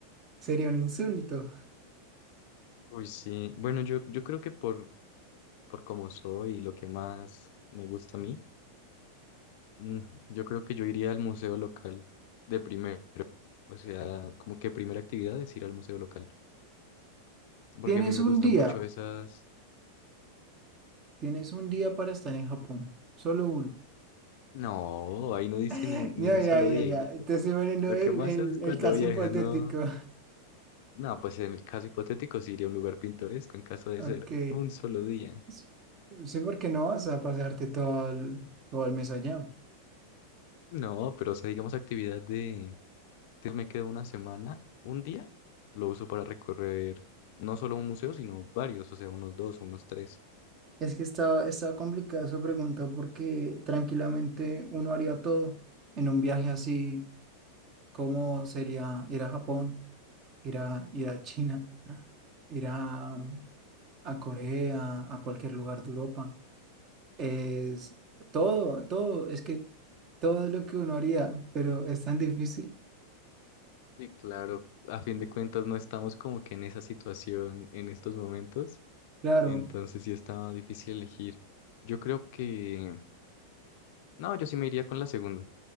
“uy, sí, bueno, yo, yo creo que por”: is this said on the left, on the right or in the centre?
Left